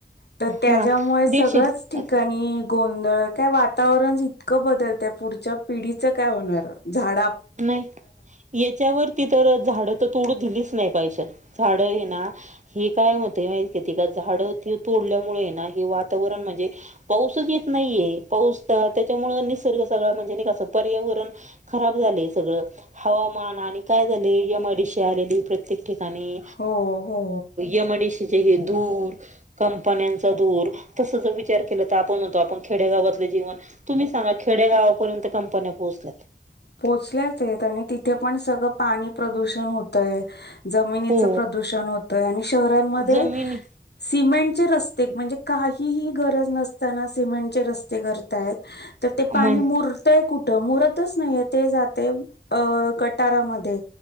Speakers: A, on the left; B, on the right.
A: तर त्याच्यामुळे
B: हा दीडशे
A: सगळंच. ठिकाणी गोंधळ काय वातावरण इतकं बदलत पिढीच काय होणार झाड.
B: नाही याच्यावरती तर झाड तर तोडू दिलीच नाही झाड हे ना हे काय होते माहिती का झाड अति तोडल्यामुळे हे व. वातावरण म्हणजे पाऊसच येत नाहीये पाऊस त्याच्यामुळे निसर्ग सगळा म्हणजे क पर्या. खराब झा सगळ हवामान आणि काय झाले यमाडीशी आलेली प्रत्येक. ठिकाणी
A: हो हो
B: एमआयडीसी. जे हे धूर कंपण्यांचा धूर तसा जर विचार केला तर आपण म्हणत आपण खेडेगावा. ज तुम्ही सांग खेडेगावापर्यंत कंपन्या पोहच.
A: पोहोचल्याच आहेत आणि तिथे पण सगळं पाणी प्रदूषण होतय. जमिनीचं
B: हो
A: प्रदूषण होतंय आणि शहरांमध्ये
B: जमीन
A: सिमेंट. र म्हणज काही गरज नसना समेंट रस्ते करता. तर ते पाणी
B: म्हण
A: मुरतय कुठं मुरतच नाहीये ते जाते अ गटारामध्ये.